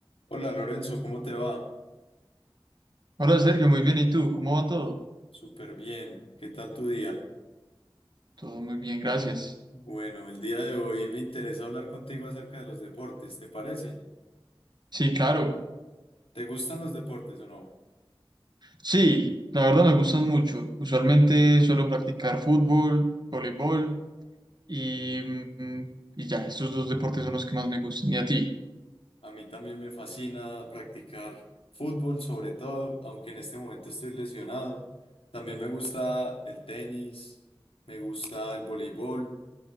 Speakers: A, on the left; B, on the right.
A: Hola Lorenzo, ¿cómo te va?
B: Hola Sergio, muy bien. ¿Y tú? ¿Cómo va todo?
A: Súper bien, ¿qué tal tu día?
B: Todo muy bien, gracias.
A: Bueno, el día de hoy me interesa hablar contigo acerca de los deportes, ¿te parece?
B: Sí, claro.
A: ¿Te gustan los deportes o no?
B: Sí, la verdad me gustan mucho. Usualmente suelo practicar fútbol, voleibol y, mm, y ya, estos dos deportes son los que más me gustan. ¿Y a ti?
A: A mí también me fascina practicar fútbol, sobre todo, aunque en este momento estoy lesionado. También me gusta el tenis, me gusta el voleibol